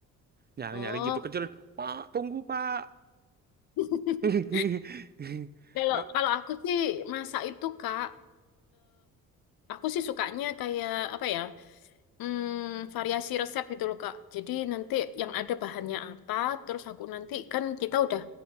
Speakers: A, on the right; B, on the left.
A: nyari-nyari
B: Oh.
A: gitu kecil pak tunggu pak
B: <laughs>
A: <laughs>
B: Kalau
A: Nah,
B: kalau aku sih masak itu Kak. Aku sih sukanya kayak apa ya, hmm, variasi resep gitu loh Kak. Jadi nanti yang ada bahannya apa, terus aku nanti kan kita udah